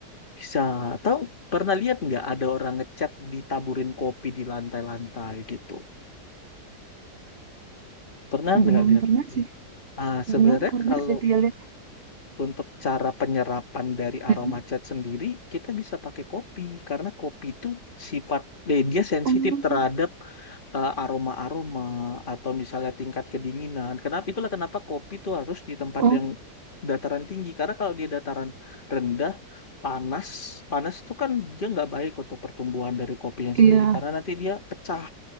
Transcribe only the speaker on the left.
Bisa tahu pernah lihat nggak ada orang ngecat ditaburin kopi di lantai-lantai gitu? Pernah nggak
lihat?
Ah, sebenarnya
kalau
Untuk cara penyerapan dari aroma
cat sendiri, kita bisa pakai kopi karena kopi itu sifat eh, dia sensitif
terhadap eh, aroma-aroma atau misalnya tingkat kedinginan. Kenapa itulah kenapa kopi itu harus di tempat
yang dataran tinggi karena kalau dia dataran rendah panas panas itu kan dia nggak baik untuk pertumbuhan dari kopinya
sendiri karena nanti dia pecah